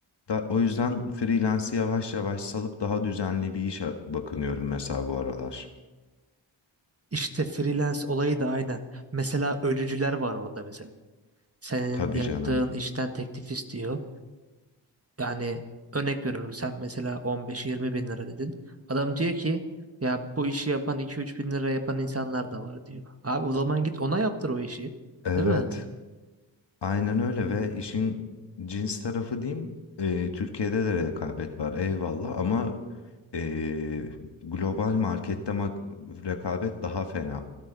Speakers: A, on the left (about 60°); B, on the right (about 30°).
A: Da, o yüzden freelance'i yavaş yavaş salıp daha düzenli bir işe bakınıyorum mesela bu aralar.
B: İşte freelance olayı da aynen. Mesela ölücüler var orada mesela. Senin
A: Tabii
B: yaptığın
A: canım.
B: işten teklif istiyor. Yani örnek veriyorum sen mesela 15-20 bin lira dedin. Adam diyor ki ya bu işi yapan 2-3 bin lira yapan insanlar da var diyor. Abi o zaman git ona yaptır o işi.
A: Evet,
B: Değil mi?
A: aynen öyle ve işin cins tarafı diyeyim. e, Türkiye'de de rekabet var eyvallah ama e, global markette mak- rekabet daha fena.